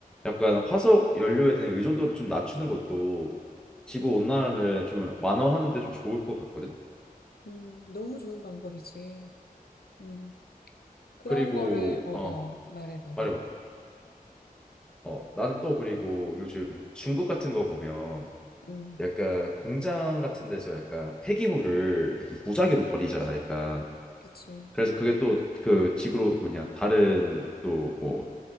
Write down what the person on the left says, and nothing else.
음. 너무 좋은 방법이지. 음. 그런
거를, 어,
어. 말해, 말해.
음.
그치.